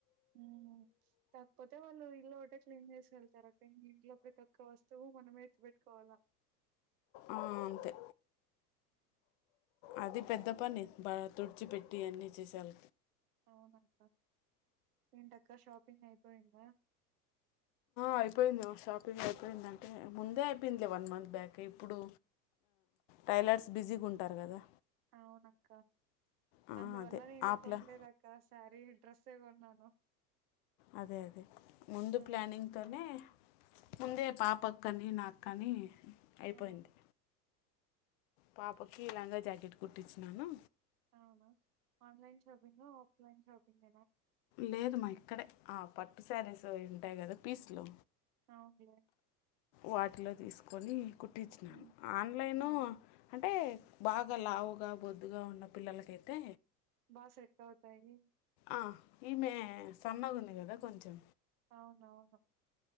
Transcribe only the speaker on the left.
ఆ అంతే అది పెద్ద పని తుడిచిపెట్టి అన్నిీ చేసేాల
అయిపోయింది షాపింగ్ అయిపోయిందంటే ముందే అయిపోయిందిలే వన్ మంత్ బ్యాక్ ఇప్పుడు టైలర్స్ బిజీగా ఉంటారు కదా
ఆ,
అదే
ఆప్లా
అదే అదే ముందు
ప్లానింగ్ తోనే ముందే పాపక్కని నాకానీ అయిపోయింది
పాపకి లంగా జాకెట్ కుట్టించినను
లేదుమ్ మా ఇక్కడే ఆ పట్టు శారీస్ ఉంటాయి కదా పీస్లు
వాటిలో తీసుకొని కుట్టించినాను
ఆన్లైన్
అంటే బాగా లావుగా బొద్దుగా ఉన్న పిల్లలకైతే
ఆ ఈమె సన్నగా ఉంది కదా కొంచెం